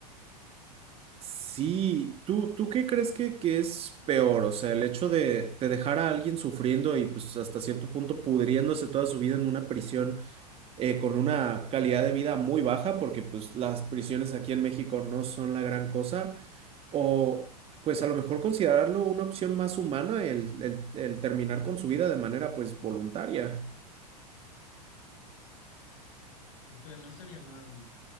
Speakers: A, on the right; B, on the left.
A: Sí, ¿tú, tú qué crees que, que es peor? O sea, el hecho de, de dejar a alguien sufriendo y pues hasta cierto punto pudriéndose toda su vida en una prisión eh, con una calidad de vida muy baja, porque pues las prisiones aquí en México no son la gran cosa, o pues a lo mejor considerarlo una opción más humana el, el- el terminar con su vida de manera pues voluntaria.
B: Pero no estaría mal